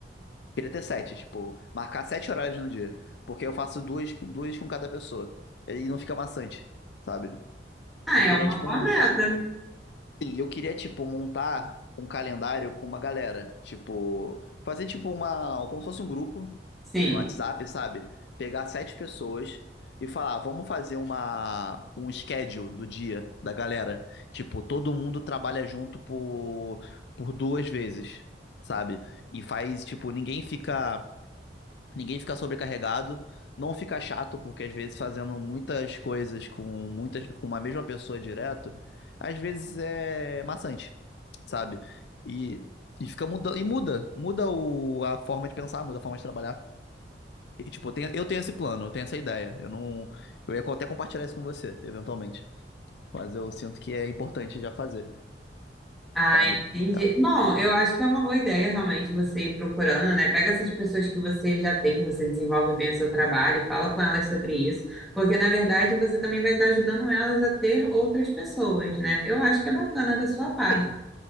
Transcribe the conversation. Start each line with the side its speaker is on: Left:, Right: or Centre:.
Left: Queria ter sete, tipo, marcar sete horários no dia. Porque eu faço duas, duas com cada pessoa. E não fica maçante, sabe?
Centre: Ah,
Left: Eu
Centre: é
Left: queria,
Centre: uma
Left: tipo,
Centre: boa
Left: montar.
Centre: meta.
Left: Sim, eu queria, tipo, montar um calendário com uma galera. Tipo, fazer, tipo, uma. Como se fosse um grupo
Centre: Sim.
Left: no WhatsApp, sabe? Pegar sete pessoas e falar, vamos fazer uma, um schedule do dia da galera. Tipo, todo mundo trabalha junto por, por duas vezes, sabe? E faz, tipo, ninguém fica. Ninguém fica sobrecarregado, não fica chato, porque às vezes fazendo muitas coisas com muitas com uma mesma pessoa direto, às vezes é maçante, sabe? E, e fica mudando, e muda, muda o, a forma de pensar, muda a forma de trabalhar. E, tipo, eu tenho, eu tenho esse plano, eu tenho essa ideia. Eu não, eu ia até compartilhar isso com você, eventualmente. Mas eu sinto que é importante já fazer,
Centre: Ah,
Left: sabe?
Centre: entendi.
Left: É,
Centre: Bom, eu acho que é uma boa ideia realmente você ir procurando, né? Pega essas pessoas que você já tem, que você desenvolve bem o seu trabalho, fala com elas sobre isso, porque na verdade você também vai estar ajudando elas a ter outras pessoas, né? Eu acho que é bacana da sua parte.
Left: tem,